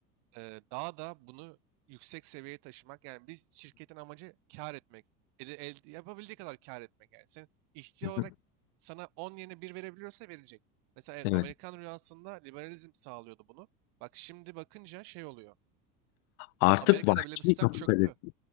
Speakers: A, on the right; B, on the left.
A: Ee, daha da bunu yüksek seviyeye taşımak. Yani biz şirketin amacı kar etmek. Elde, elde- yapabildiği kadar kar etmek. Yani sen işçi
B: <laughs>
A: olarak sana 10 yerine bir verebiliyorsa verecek. Mesela evet,
B: Evet.
A: Amerikan rüyasında liberalizm sağlıyordu bunu. Bak şimdi bakınca şey oluyor.
B: Artık
A: Amerika'da
B: vahşi
A: bile bu sistem
B: kapitalizm.
A: çöktü.